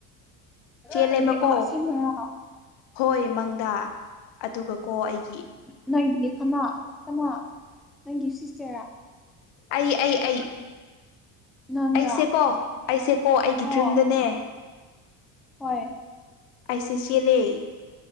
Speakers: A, on the left; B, in the centre.
A: ꯆꯦꯜꯂꯦꯕꯀꯣ
B: ꯀꯔꯤ ꯑꯥ ꯑꯁꯦꯡꯕꯔꯥ
A: ꯍꯣꯏ ꯃꯪꯗ ꯑꯗꯨꯒꯀꯣ ꯑꯩ
B: ꯅꯪꯒꯤ ꯀꯅꯥ ꯀꯅꯥ ꯅꯪꯒꯤ ꯁꯤꯁꯇꯔ
A: ꯑꯩ ꯑꯩ ꯑꯩ
B: ꯅꯪꯔꯥ
A: ꯑꯩꯁꯦꯀꯣ ꯑꯩꯁꯦꯀꯣ ꯑꯩꯒꯤ
B: ꯑꯣ
A: ꯗ꯭ꯔꯤꯝꯗꯅꯦ
B: ꯍꯣꯏ
A: ꯑꯥꯏ ꯁꯤ ꯁꯤ ꯑꯦꯂ ꯑꯦ